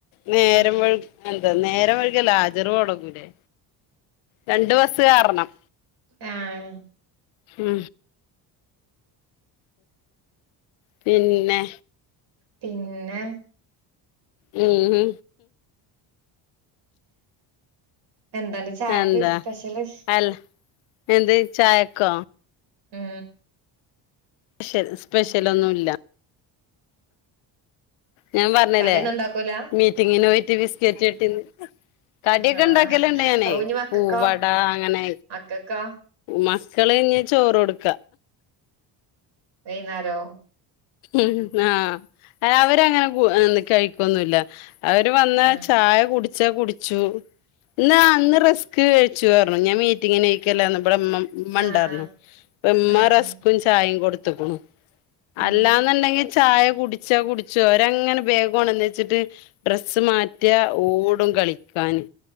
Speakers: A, on the left (about 85°); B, on the right (about 55°).
A: നേരം
B: ആഹ്
A: <unintelligible> നേരം വൈകിയാല് ഹാജർ മൊടങ്ങൂലേ രണ്ട് ബസ്സ് കേറണം
B: ആഹ്
A: മ്ഹ് പിന്നെ
B: പിന്നെ
A: മ്ഹ് ഹ്
B: എന്താണ്ട് ചായക്ക്
A: എന്താ
B: സ്പെഷ്യല്
A: അല്ല എന്ത് ചായക്കോ?
B: മ്ഹ്
A: ഷ്യൽ സ്പെഷ്യലൊന്നും ഇല്ല ഞാൻ പറഞ്ഞില്ലേ
B: കടിയൊന്നും ഉണ്ടാക്കൂല
A: മീറ്റിങ്ങിന് പോയിട്ട് ബിസ്കറ്റ് കിട്ടീന്ന് കടിയൊക്കെ
B: ആഹ്
A: ഇണ്ടാക്കല്‌ണ്ട് ഞാനേ
B: ഔ ഇനി മക്കക്കോ
A: പൂവട അങ്ങനെ
B: മക്കക്കോ
A: മക്കള് ഞ്ഞ്‌ ചോറ് കൊടുക്ക
B: വൈന്നാരോ?
A: ഉം ആഹ് അവരങ്ങനെ കു കഴിക്കൊന്നുല്ല. അവര് വന്ന
B: ആഹ്
A: ചായ കുടിച്ചാ കുടിച്ചു. ന്നാ അന്ന് റസ്ക് കഴിച്ചു അർഞ്ഞു. ഞാ മീറ്റിങ്ങിനോയ്ക്കല്ലാന്നോ ഇവടെ മ്മ ഇമ്മണ്ടാർന്നു
B: ആഹ്
A: ഇമ്മ
B: ആഹ്
A: റസ്ക്കും ചായിം കൊടുത്ത്ക്ക്ണു.
B: ആഹ്
A: അല്ലാന്ന്ണ്ടെങ്കി ചായ കുടിച്ചാ കുടിച്ചു. ഓരങ്ങനെ ബേഗ് കൊണ്ടന്ന് വെച്ചിട്ട് ഡ്രസ്സ് മാറ്റാ ഓടും കളിക്കാന്.